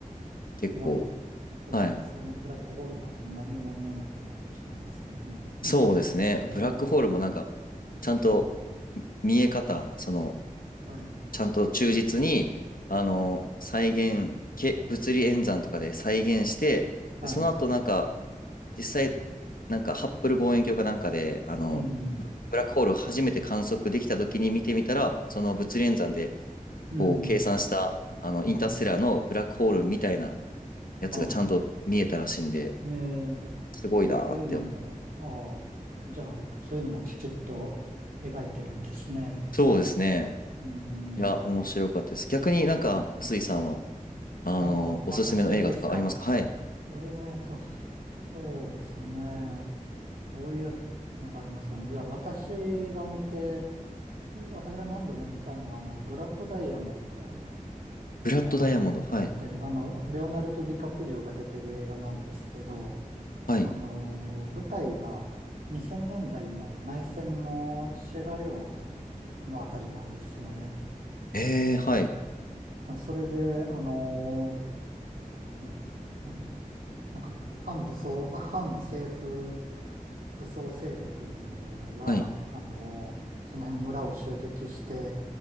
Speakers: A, on the left (about 80°); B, on the right (about 80°).
A: 結構、
B: まあそうですよね。
A: はい。
B: ブラックホールなんて何も見えなくなってしまいますもんね。
A: そうですね。
B: ね
A: ブラックホールもなんか、ちゃんと見え方、その、
B: えはい。
A: ちゃんと忠実に、あの、再現、け、物理演算とかで再現して、
B: はい。
A: で、その後なんか、実際、なんかハッブル望遠鏡かなんかであの
B: うん。
A: ブラックホールを初めて観測できた時に見てみたら、その物理演算で
B: うん。
A: こう計算したあのインターステラーのブラックホールみたいな
B: うん。
A: やつがちゃんと見えたらしいんで、
B: はい。えー、
A: すごいなって。
B: じゃあそういうのも、ああ、じゃあそういうのもきちっと描いてるんですね。
A: そうですね。
B: うーん。
A: いや、面白かったです。逆になんか、臼井さんは、あの、
B: ああ、私ですか。
A: おすすめの映画とかありますかはい。
B: えーと、そうですね。どういうのがありますかね。いや、私が見て、私が何度も見たのは、あの、ブラッドダイヤモンドあの、
A: ブラッドダイヤモンド。はい。
B: だって、あの、レオナルド・ディカプリオが出てる映画なんですけど、
A: はい。
B: あの、舞台が2000年代の内戦のシェラレオネのあたりなんですよね。
A: えー、
B: うん、
A: はい。
B: まあそれで、あの、うん、あの、なんか、反武装、あ、反政府武装勢力が、
A: はい。
B: あの、その辺の村を襲撃して、